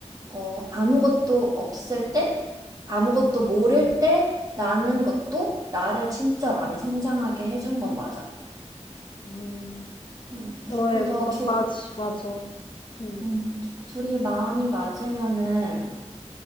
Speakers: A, on the right; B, on the left.
A: 어, 아무것도 없을 때, 아무것도 모를 때 나는 것도 나를 진짜 많이 성장하게 해준 건 맞아.
B: 음,
A: 음,
B: 너의,
A: 그래서
B: 너까지,
A: 둘,
B: 맞아. 음,
A: 음, 두- 둘이 마음이 맞으면은,